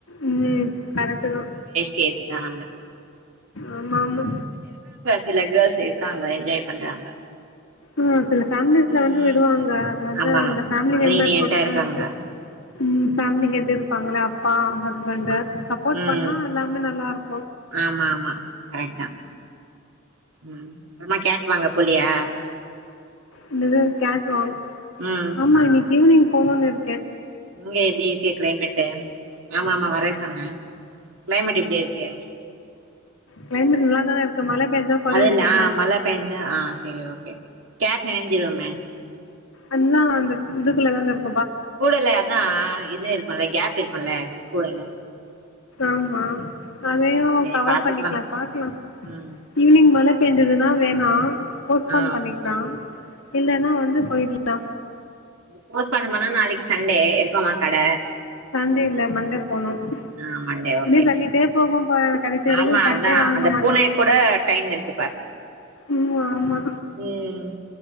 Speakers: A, on the left; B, on the right.
A: உம் கரெக்ட்டு தான்
B: டேஜ்சு தான் நம்பளுக்கு
A: ஆமா ஆமா
B: சில கேர்ள்ஸ் இருக்காங்க என்ஜாய் பண்றாங்க
A: ஆஹ் சில ஃபேமிலீஸ்ல
B: ம்
A: வந்து விடுவாங்க அது வந்து
B: ஆமா
A: அந்த ஃபேமிலி மெம்பர்
B: லீனியன்ட்டா
A: பொறுத்துதான்
B: இருக்காங்க
A: இருக்கு ம் ஃபேமிலி ஹெட்டு இருப்பாங்கல்ல அப்பா ஹஸ்பண்ட்டு
B: ஆமா ஆமா
A: சப்போர்ட்
B: ம்
A: பண்ணா எல்லாமே நல்லா இருக்கு
B: ஆமா ஆமா கரெக்ட் தான் உம் அப்புறமா கேக் வாங்க போலையா
A: இந்த இது கட் வாங்
B: ம்
A: ஆமா இன்னக்கு ஈவினிங் போணுன்னு இரு
B: இங்க எப்பிடி இருக்கு கிளைமேட்டு ஆமா ஆமா வரேன் சொன்னேன் கிளைமேட் எப்டி இருக்கு
A: கிளைமேட் நல்லாதானே இருக்கு மழை பெஞ்சா கொட
B: அது
A: விரிச்சிகலாம்
B: இல்ல ஆ மழ பேஞ்சா ஆ செரி ஓகே கேட் நெனைஞ்சிருமே
A: அதா அந்த இதுக்குள்ள தானே இருக்
B: கூடையில அதா இது இருக்கும்ல கேப் இருக்கும்ல கூடையில
A: ஆமா அதையு
B: செரி
A: கவர்
B: பாத்துக்கலா
A: பண்ணிக்கலா பாக்கலா
B: ம்
A: ஈவ்னிங்
B: செரி
A: மழை பேஞ்சதுன்னா வேணா போஸ்ட்பான்
B: ஆ
A: பண்ணிக்கலா இல்லன்னா வந்து போயிட்லா
B: போஸ்ட்பான் பண்ணா நாளைக்கு சண்டே இருக்கோமா கட
A: சண்டே இல்ல மண்டே போனும்
B: ஆ மண்டே
A: இப்டியே
B: ஓகே
A: தள்ளிட்டே போகும் போற கடைசி வரைக்கும்
B: ஆமா
A: கேட்டே
B: அதா
A: வாங்க
B: அந்த
A: மாட்டே
B: பூனை கூட டைம் இருக்கு பாரு
A: ம் ஆமா
B: ம்